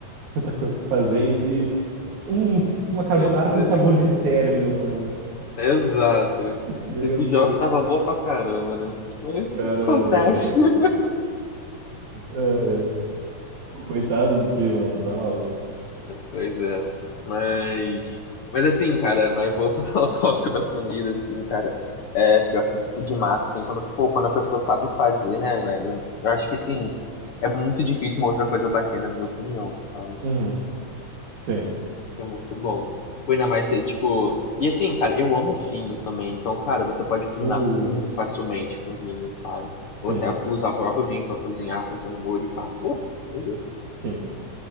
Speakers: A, on the right; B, on the left.
A: Tanta coisa pra fazer. Um, uma carbonara
B: Pois
A: com
B: é,
A: sabor de
B: cara.
A: término, mano.
B: Exato.
A: <laughs>
B: O
A: Meu
B: tempo de
A: Deus.
B: óculos tava boa pra caramba, né? Mas
A: Caramba,
B: acontece.
A: mano.
B: <laughs>
A: Ai, ai. Coitado de ti, mano. Tá maluco.
B: Pois é. Mas, mas assim, cara, mas voltando ao <laughs> tópico da comida, assim, cara, é pior que tipo de massa, assim, quando, pô, quando a pessoa sabe fazer, né, velho? Eu acho que assim, é muito difícil uma outra coisa bater, na minha opinião, sabe?
A: Uhum. Sim.
B: Que é muito bom. Pô, ainda mais ser, tipo. E assim, cara, eu amo vinho também. Então, cara, você pode combinar
A: Uh,
B: muito facilmente com vinho, sabe?
A: sim,
B: Ou até usar o próprio vinho pra cozinhar, fazer um molho e pá. Pô, meu Deus.
A: sim.